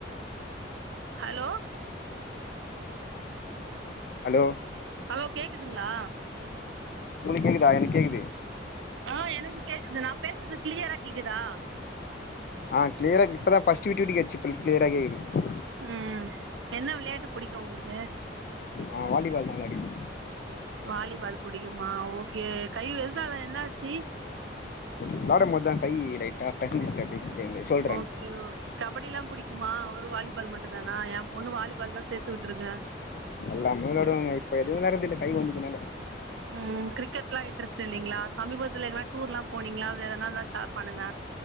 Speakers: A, on the right; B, on the left.
A: hello
B: hello
A: hello கேக்குதுங்ளா
B: உங்களுக்கு கேக்குதா எனக்கு கேக்குது
A: ஆ எனக்கு கேக்குது நா பேசறது கிளியரா கேக்குதா
B: ஆ கிளியரா இப்பதா ஃபஸ்ட்டு விட்டு விட்டு கேட்டுச்சு இப்ப கிளியரா கேக்குது
A: ஆ என்ன விளையாட்டு புடிக்கு உங்களுக்கு
B: நா வாலிபால் தா விளாடிருந்தே
A: வாலிபால் புடிக்குமா ஓகே கை எதுனால என்னாச்சு
B: விளாடமோது தா கை லைட்டா பெசஞ்சிருச்சு அப்டியே இந்த ஷோல்டராண்ட
A: ஓ கே ஓகே கபடிலா புடிக்குமா வெறு வாலிபால் மட்டுந்தானா எ பொண்ணு வாலிபால் தா சேத்துவுட்ருக்கே
B: எல்லாமே விளாடுவங்க இப்ப எது விளாட்றதில்ல கை ஒட்ஞ்சதுனால
A: ஆ கிரிக்கெட்லா இன்ட்ரெஸ்ட் இல்லைங்ளா சமீபத்துல எங்கனா டூர்லா போனீங்ளா வேற எதனா இருந்தா ஷேர் பண்ணுங்க